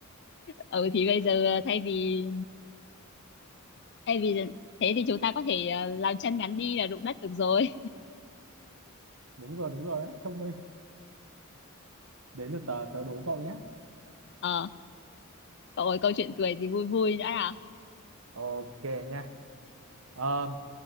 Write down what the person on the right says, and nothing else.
đúng rồi đúng rồi đấy thông minh đấy là tớ tớ đố cậu nhé
ok nha Ờ,